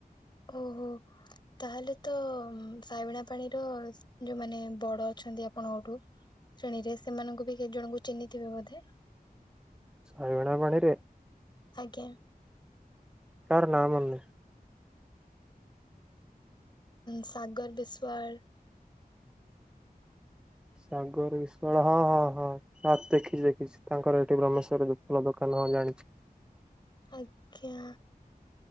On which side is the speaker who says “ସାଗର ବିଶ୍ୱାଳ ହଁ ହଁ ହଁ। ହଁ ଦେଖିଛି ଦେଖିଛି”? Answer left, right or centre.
Centre